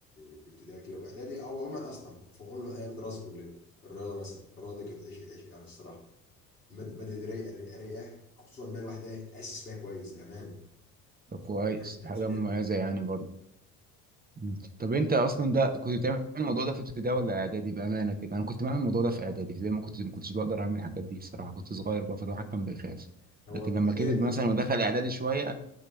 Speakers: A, on the left; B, on the right.
A: في ابتدائي كده واعدادي او عموما اصلا في عموما ايام الدراسه كلها الرياضه مثلا الرياضه دي كانت عشق العشق يعني الصراحه الماده المادة دي رايقه رايقه رايقه خصوصا بقى الواحد إيه، اتاسس فيها كويس بامانه
B: طب كويس
A: الواحد اتاسس
B: حاجه
A: فيها
B: مميزه
A: كويس.
B: يعني برضه مم. طب انت اصلا ده كنت بتعمل الموضوع ده في ابتدائي ولا اعدادي بامانه كده انا كنت بعمل الموضوع ده في اعدادي زي ما كنت ما كنتش بقدر اعمل الحاجات دي الصراحه كنت صغير بقى فالواحد كان بيخاف
A: هو
B: لكن
A: في
B: لما
A: اعدادي
B: كبر مثلا ودخل اعدادي شويه